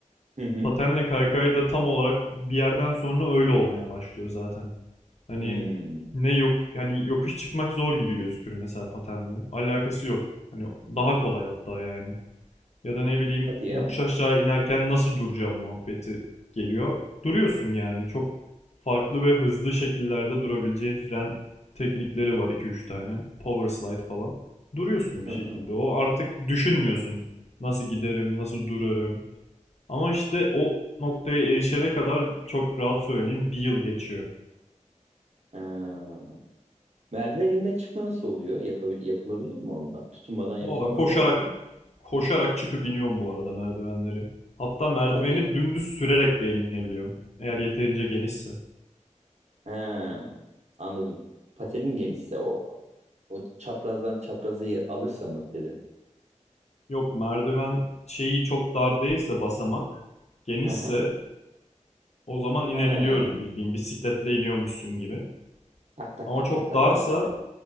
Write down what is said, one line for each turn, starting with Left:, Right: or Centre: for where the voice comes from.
Right: Hı hı.
Left: Patenle kaykay da tam olarak bir yerden sonra öyle olmaya başlıyor zaten. Hani
Right: Hmm.
Left: ne yok yani yokuş çıkmak zor gibi gözükür mesela patenle. Alakası yok. Hani daha kolay hatta yani. Ya da ne bileyim
Right: Hadi ya.
Left: yokuş aşağı inerken nasıl duracağım muhabbeti geliyor. Duruyorsun yani çok farklı ve hızlı şekillerde durabileceğin fren teknikleri var iki üç tane. Power slide falan. Duruyorsun bir
Right: Hı
Left: şekilde.
Right: hı.
Left: O artık düşünmüyorsun. Nasıl giderim, nasıl durarım. Ama işte o noktaya erişene kadar çok rahat söyleyeyim bir yıl geçiyor.
Right: Ha. Merdiven inme çıkma nasıl oluyor? Yapabil yapılabilir mi onlar? Tutunmadan yapılamaz
Left: Valla koşarak
Right: herhalde değil mi?
Left: koşarak çıkıp iniyorum bu arada merdivenleri. Hatta merdiveni
Right: Hadi ya.
Left: dümdüz sürerek de inebiliyorum. Eğer yeterince genişse.
Right: Ha, anladım. Patenin genişse o o çaprazdan çaprazı alırsa mı dedin?
Left: Yok merdiven şeyi çok dar değilse basamak genişse
Right: Hı hı.
Left: o zaman inebiliyorum
Right: Ha.
Left: bildiğin bisikletle iniyormuşsun gibi.
Right: Tak tak
Left: Ama
Right: tak
Left: çok
Right: tak tak
Left: darsa
Right: tak tak.